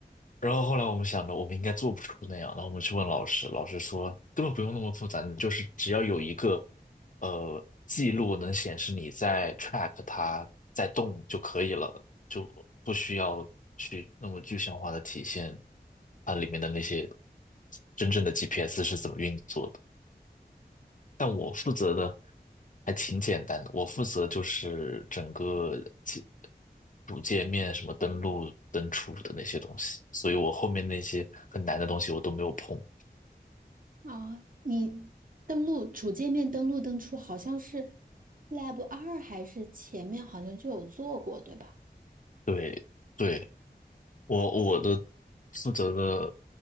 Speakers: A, on the left; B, on the right.
A: 然后后来我们想着，我们应该做不出那样。然后我们去问老师，老师说根本不用那么复杂，你就是只要有一个呃记录能显示你在 track 它在动就可以了，就不需要去那么具象化的体现它里面的那些真正的 GPS 是怎么运作的。但我负责的还挺简单的，我负责就是整个界主界面什么登录、登出的那些东西，所以我后面那些很难的东西我都没有碰。
B: 啊，你登录主界面登录登出，好像是 Lab 二还是前面好像就有做过，对吧？
A: 对，对，我我的负责的